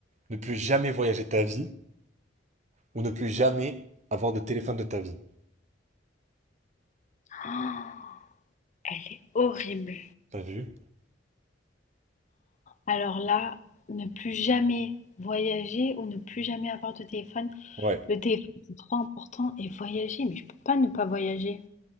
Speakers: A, on the right (about 40°); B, on the left (about 40°).
A: ne plus jamais voyager de ta vie ou ne plus jamais avoir de téléphone de ta vie.
B: Oh, elle est horrible.
A: T'as vu?
B: Alors là, ne plus jamais voyager ou ne plus jamais avoir de téléphone.
A: Ouais.
B: Le téléphone, c'est trop important. Et voyager, mais je peux pas ne pas voyager.